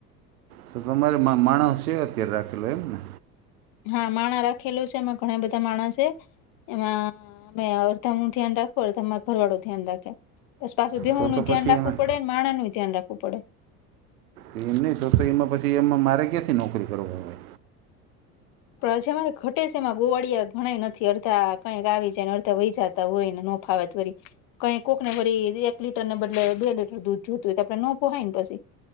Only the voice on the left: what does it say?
હા માણા રાખેલું છે એમાં ઘણા બધા માણા છે એમાં અમે અર્ધા ધ્યાન રાખું અર્ધા માં ભરવાડું ધ્યાન રાખે પસ પાછું ભેહું
નું ધ્યાન
રાખવું
પડે ને માણા નું ધ્યાન રાખવું પડે
<unintelligible> એમાં ગોવાળિયા ઘણા નથી અડધા કંઈક આવી જાય ને અડધા વહી જતા હોય નફાવત વરી કઈ કોકને વરી એક લીટર ને બદલે બે લીટર દૂધ જોતું હોય તો આપડે નો પોહાય ને પછી